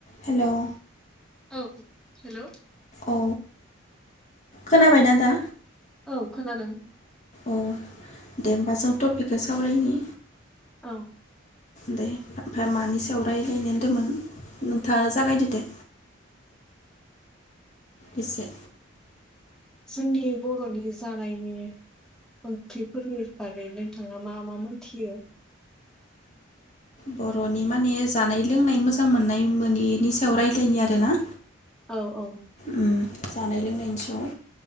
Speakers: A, on the left; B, in the centre.
A: हेल'?
B: औ हेलौ।
A: औ खोनाबायना दा?
B: औ खोनादों।
A: अह, दे होमबा जों टपिकखो सावरायनि।
B: औ।
A: दे ओमफाय मानि सायाव रायलायनो होनदोमोन नोंथाङा जागायदो दे। इसे।
B: जोंनि बर'नि जानायनि ओंख्रिफोरनि बागै नोंथाङा मा मा मोनथियो?
A: बर'नि माने जानाय लोंनाय मोजां मोननाय मोनिनि सायाव रायलायनि आरोना?
B: औ औ।
A: उम जानाय लोंनायनि सायाव।